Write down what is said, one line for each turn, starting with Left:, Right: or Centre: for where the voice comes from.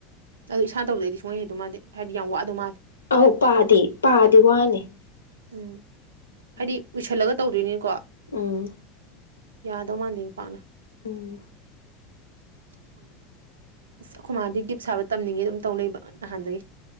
Right: ꯑꯗꯣ ꯏꯁꯥꯅ ꯇꯧꯕꯗ ꯑꯩꯗꯤ ꯁꯨꯡꯍꯩ ꯍꯩꯗꯧ ꯃꯥꯟꯗꯦ ꯍꯥꯏꯗꯤ ꯌꯥꯝ ꯋꯥꯗꯧ ꯃꯥꯜꯂꯤ
Left: ꯑꯧ ꯄꯥꯗꯤ ꯄꯥꯗꯤ ꯋꯥꯅꯤ
Right: ꯎꯝ
Left: ꯎꯝ
Right: ꯍꯥꯏꯗꯤ ꯎꯏꯁꯜꯂꯒ ꯇꯧꯗꯣꯏꯅꯤꯀꯣ
Left: ꯎꯝ
Right: ꯌꯥꯗꯧ ꯃꯥꯟꯗꯦ ꯄꯥꯛꯅ
Left: ꯎꯝ
Right: <inaudible> ꯏꯁ ꯑꯩꯈꯣꯏ ꯃꯥꯗꯤ ꯒꯤꯞ ꯁꯥꯕ ꯇꯝꯅꯤꯡꯉꯦ ꯑꯗꯨꯝ ꯇꯧ ꯂꯩꯕ ꯅꯍꯥꯟꯗꯒꯤ